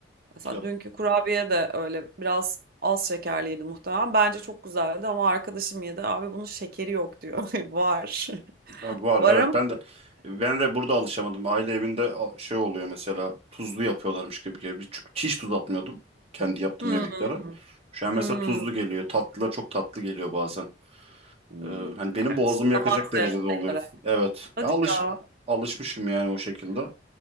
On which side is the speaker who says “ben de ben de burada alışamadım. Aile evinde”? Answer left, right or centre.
Right